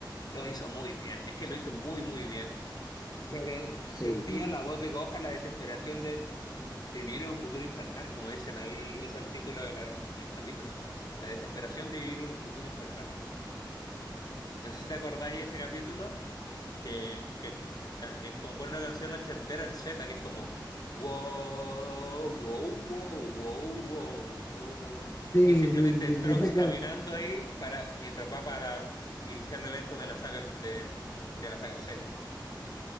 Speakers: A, on the left; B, on the left.
A: Lo hizo muy bien, es que lo hizo muy, muy bien. Me- me- sentía
B: Sí, sí,
A: la voz de Gohan, la desesperación de, de vivir en un futuro infernal, como dicen ahí, es el título de la- del capítulo. La desesperación de vivir en un futuro infernal. No sé si te acordáis de ese capítulo, que, que, o sea, que es como pone una canción ochentera en Z, que es como, wow, wow, wow, wow, wow, wow, wow.
B: sí,
A: Y es simplemente
B: sí, sí, sí,
A: Trunks
B: sí, recuerdo.
A: caminando ahí para, mientras va para iniciar los eventos de la saga de, bueno, sería la saga de Cell en ese